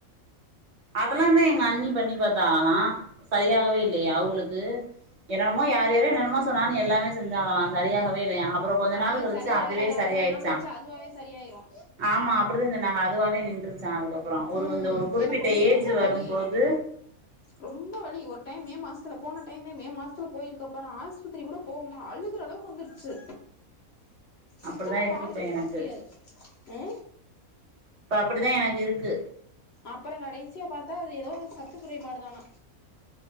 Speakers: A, on the right (about 55°); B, on the left (about 55°).
A: அதல்லாமே எங்க அண்ணி பண்ணி பாத்தாகளா சரியாகவே இல்லையே அவுங்களுக்கு என்னன்னமோ யார் யாரோ என்னன்னமோ சொன்னாங்கனு எல்லாமே செஞ்சாங்களா சரியாகவே இல்லையா அப்புற கொஞ்ச
B: ஆனா
A: நாள்
B: அது
A: கழிச்சு
B: சரியாகாதுக்கா
A: அதுவே
B: அப்புறம்
A: சரியாயிச்சா
B: கொஞ்ச நாள் கழிச்சு அதுவாவே சரியாயிரும்
A: ஆமா அப்டிதா சொன்னாக அதுவாவே நின்றுச்சா அதுக்கப்ற ஒரு
B: ம்
A: இந்த ஒரு குறிப்பிட்ட
B: எனக்கு ரொம்ப
A: ஏஜ் வரும்போது
B: வலி ரொம்ப வலி ஒரு டைம் மே மாசத்துல போன டைமே மே மாசத்துல போயிருக்கப்ப நா ஆஸ்பத்திரி கூட போவ்மா அழுகுற அளவுக்கு வந்துருச்சு
A: அப்படிதா
B: சுத்தமா
A: இருக்குப்ப
B: கால் ஊனவே
A: எனக்கு
B: முடியாது ஆ
A: இப்ப அப்டிதா எனக்கிருக்கு
B: அப்பற கடைசியா பாத்தா அது ஏதோ ஒரு சத்துக் குறைபாடு தானா